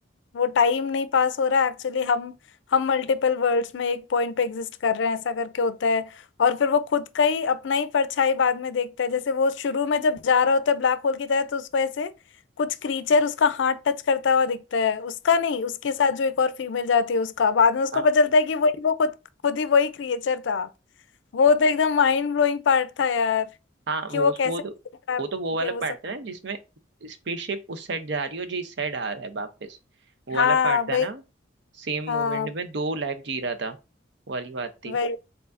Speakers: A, on the left; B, on the right.
A: वो टाइम नहीं पास हो रहा एक्चुअली हम हम मल्टीपल वर्ल्ड्स में एक पॉइंट पे एग्जिस्ट कर रहे हैं ऐसा करके होता है और फिर वो खुद का ही अपना ही परछाई बाद में देखता है जैसे वो शुरू में जब जा रहा होता है ब्लैक होल की तरह तो उसको ऐसे कुछ क्रीचर उसका हाथ टच करता हुआ दिखता है उसका नहीं उसके साथ जो एक और फीमेल जाती है उसका बाद में उसको
B: हाँ।
A: पता चलता है कि वही वो खुद खुद ही वही क्रिएचर था वो तो एकदम माइंड ब्लोइंग पार्ट था यार
B: हाँ
A: कि
B: वो
A: वो कैसे
B: वो तो वो तो वो वाला
A: के वो
B: पार्ट
A: सब
B: था ना जिसमें स्पेसशिप उस साइड जा रही है और जी इस साइड आ रहा है वापस वो
A: हाँ
B: वाला पार्ट था
A: भाई
B: ना सेम
A: हाँ
B: मूवमेंट में दो लाइफ जी रहा था वो वाली बात थी
A: भाई